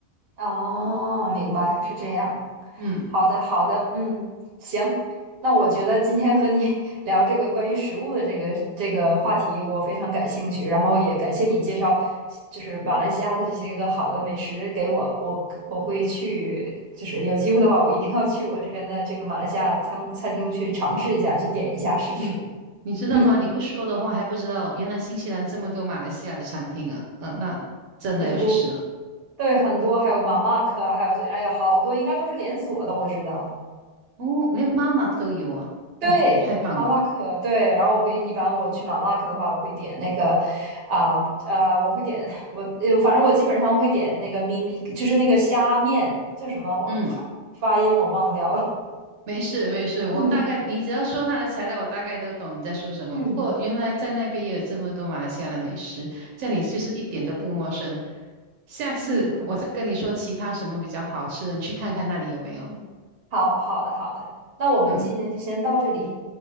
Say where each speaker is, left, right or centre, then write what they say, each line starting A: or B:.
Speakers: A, on the right; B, on the right.
A: 哦，明白，是这样。
B: 嗯。
A: 好的，好的，嗯，行。那我觉得今天和你 <laughs> 聊这个关于食物的这个这个话题，我非常感兴趣，然后也感谢你介绍，就是马来西亚的这些个好的美食给我，我可我会去，就是有机会的话，我一定要去我这边的这个马来西亚餐餐厅去尝试一下，去点一下试试。
B: 嗯，你知道吗？
A: 嗯，
B: 你不说的话还不知道，原来新西兰这么多马来西亚的餐厅啊，嗯、那真的要去试了。
A: 很多，对，很多，还有马马克，还有这，哎呀，好多应该都是连锁的，我知道。
B: 哦，连妈妈都有啊，
A: 对，
B: 哇，太棒了。
A: 马马可，对，然后我会一般我去马马可的话，我会点那个，啊、啊，我会点我，呃反正我基本上会点那个咪咪，就是那个虾面，叫什么？我发音我忘掉了。
B: 嗯，没事没事，我大概你只要说它的材料，
A: 嗯
B: 我大概都懂你在说什么。
A: 嗯
B: 不过原来在那边也有这么多马来西亚的美食，这里就是一点都不陌生。下次我再跟你说其他什么比较好吃的，
A: 嗯，
B: 你去看看那里有没有。
A: 好好的好的，那我们今天就先到这里，
B: 嗯，